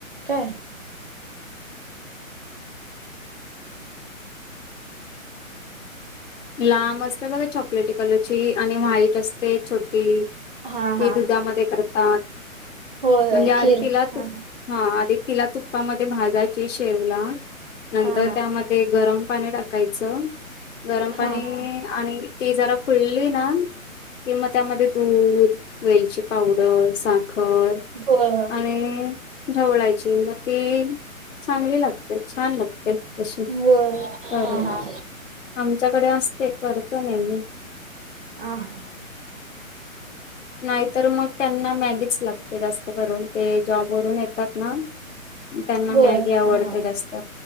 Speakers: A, on the right; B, on the left.
A: काय
B: लांब असते बघा चॉकलेटी कलरची आणि व्हाईट असते छोटी
A: हा
B: ती
A: हा
B: दुधामध्ये करतात
A: होय होय
B: म्हणजे आदी
A: खीर
B: तिलात
A: हा
B: हा आधि तिला तुप्पामध्ये भाजाची शेवला नंतर
A: हा हा
B: त्यामध्ये ते गरम पाणी टाकायचं गरम पाणीईईई
A: हा हा
B: आणि ती जरा फुल्ली ना कि म त्यामध्ये दूध, वेलची पावडर, साखर
A: होय
B: आणि ढवळायची म ति चांगली लागते, छान लागते. तशी
A: होय
B: करून
A: हा हा.
B: आमच्याकडे असते, करतो नेहमी
A: आह..
B: नाहीतर मग त्यांना मॅगीच लागते जास्त करून ते जॉबवरून येतात ना त्यांना
A: होय
B: मॅगी आवडते
A: हा हा
B: जास्त